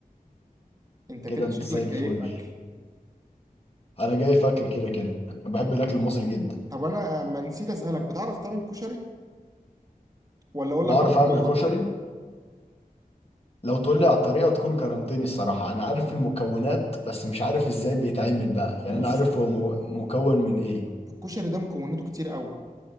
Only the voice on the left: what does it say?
كده
انت
زي الفل
انا جاي في اكل كده كده انا بحب الاكل المصري جدا
بعرف
اعمل كشري لو تقول لي على الطريقه تكون كرمتني الصراحه انا عارف المكونات بس مش عارف ازاي بيتعمل بقى يعني
انا عارف هو مو- مكون من ايه